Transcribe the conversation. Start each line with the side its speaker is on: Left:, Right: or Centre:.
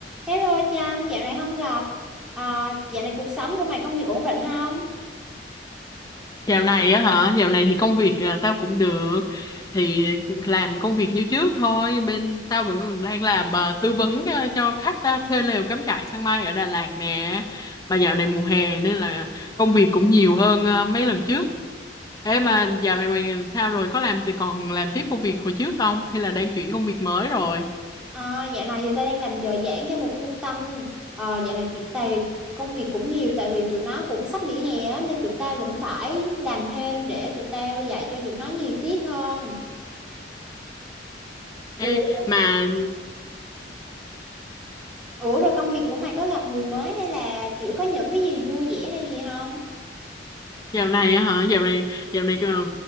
Centre: Hello Trâm, dạo này không gặp. À, dạo này cuộc sống của mày công việc ổn định không?
Left: Dạo này á hả? Dạo này thì công việc à, tao cũng được. Thì làm công việc như trước thôi. Bên tao vẫn còn đang làm à, tư vấn à, cho khách à, thuê lều cắm trại sang mây ở Đà Lạt nè. Mà dạo này mùa hè nên là công việc cũng nhiều hơn à, mấy lần trước. Ê mà dạo này mày sao rồi? Có làm thì còn làm tiếp công việc hồi trước không? Hay là đang chuyển công việc mới rồi?
Centre: À, dạo này thì tao đang làm trợ giảng cho một trung tâm. À, dạo này tụi tày công việc cũng nhiều tại vì tụi nó cũng sắp nghỉ hè á, nên tụi tao vẫn phải làm thêm để tụi tao dạy cho tụi nó nhiều tiết hơn. Ủa,
Left: Ê, mà
Centre: ủa rồi công việc của mày có gặp người mới hay là kiểu có những cái gì vui vẻ hay gì không?
Left: Dạo này á hả? Dạo này dạo này ờ,